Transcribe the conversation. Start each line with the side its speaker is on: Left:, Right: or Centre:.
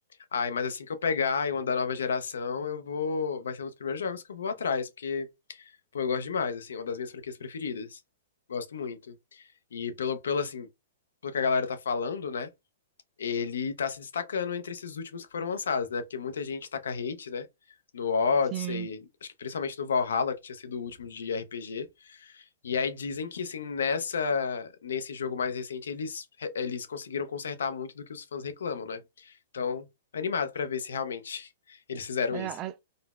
Left: Ai, mas assim que eu pegar e uma da nova geração, eu vou. Vai ser um dos primeiros jogos que eu vou atrás, porque, pô, eu gosto demais, assim, é uma das minhas franquias preferidas. Gosto muito. E pelo, pelo assim, pelo que a galera tá falando, né? Ele tá se destacando entre esses últimos que foram lançados, né? Porque muita gente taca hate, né? No Odyssey,
Right: Sim.
Left: acho que principalmente no Valhalla, que tinha sido o último de RPG. E aí dizem que assim, nessa nesse jogo mais recente eles eles conseguiram consertar muito do que os fãs reclamam, né? Então, animado pra ver se realmente <laughs> eles fizeram
Right: É,
Left: isso.
Right: a-